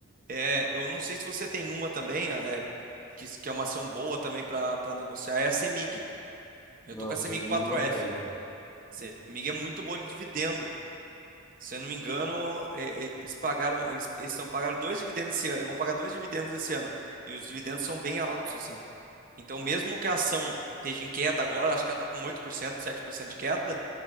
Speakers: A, on the right (about 40°); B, on the left (about 15°).
A: É, eu não sei se você tem uma também, é, que, que é uma ação boa também para para negociar, é a CEMIG. Eu
B: Não,
A: tô com a
B: CEMIG
A: CEMIG 4F.
B: não tem, cara.
A: CEMIG é muito boa de dividendo. Se eu não me engano, é, eles pagaram, eles, eles estão pagando dois dividendos esse ano, vão pagar dois dividendos esse ano. E os dividendos são bem altos, assim. Então, mesmo que a ação esteja em queda agora, acho que ela está com oito por cento, sete por cento de queda,